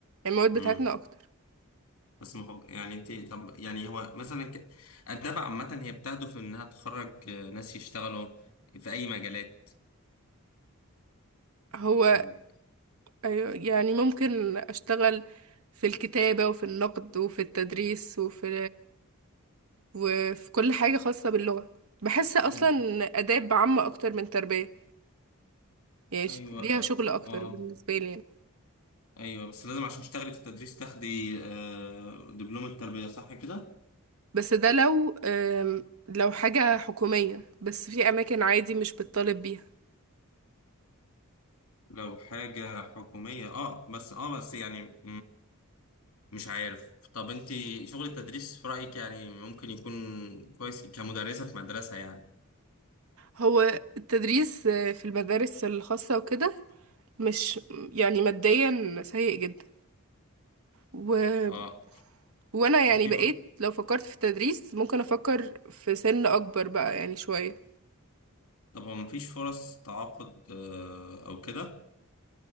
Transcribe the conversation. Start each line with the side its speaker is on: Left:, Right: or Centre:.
Right: المواد
Left: امم
Right: بتاعتنا اكتر
Left: بس مخب... يعني انت طب يعني هو مثلا ك... الدفع عامه هي بتهدف انها تخرج آه، ناس يشتغلوا في اي مجالات
Right: هو
Left: ال-
Right: أيوة، يعني ممكن اشتغل في الكتابة وفي النقد وفي التدريس وفي وفي كل حاجة خاصة باللغة بحس اصلا
Left: امم
Right: اداب عامة اكتر من تربية يعني
Left: ايوه
Right: ش- ليها
Left: اه
Right: شغل اكتر
Left: آه،
Right: بالنسبة لي يعني.
Left: ايوه بس لازم عشان تشتغلي في التدريس تاخدي آه، دبلوم التربيه صح كده
Right: بس ده لو أم، لو حاجة حكومية بس في اماكن عادي مش بتطالب بيها
Left: لو حاجه حكوميه اه بس اه بس يعني مش عارف طب انت شغل التدريس في رأيك يعني ممكن يكون كويس كمدرسة في مدرسة يعني
Right: هو التدريس آه، في المدارس الخاصة وكده مش يعني ماديا سيء جدا و...
Left: اه
Right: وانا يعني
Left: طب في
Right: بقيت
Left: ف...
Right: لو فكرت في التدريس ممكن افكر في سن اكبر بقى يعني شوية
Left: طب هو مفيش فرص تعاقد آه، او كده